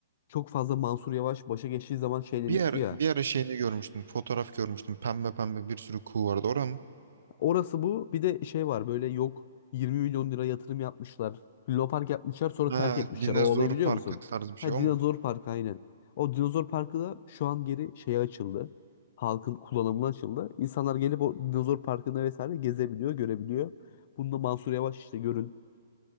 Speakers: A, on the left; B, on the right.
A: çok fazla Mansur Yavaş başa geçtiği zaman şey demişti
B: Bir ara,
A: ya.
B: bir ara şeyini görmüştüm. Fotoğraf görmüştüm. Pembe pembe bir sürü kuğu vardı. Orada mı?
A: Orası bu. Bir de şey var böyle yok 20 milyon lira yatırım yapmışlar. Lunapark yapmışlar sonra
B: Ha,
A: terk etmişler.
B: dinozor
A: O olayı biliyor
B: parkı
A: musun?
B: tarzı bir
A: Ha
B: şey o
A: Dinozor
B: mu?
A: Parkı aynen. O Dinozor Parkı da şu an geri şeye açıldı. Halkın kullanımına açıldı. İnsanlar gelip o Dinozor Parkı'nda vesaire gezebiliyor, görebiliyor. Bunda Mansur Yavaş işte görün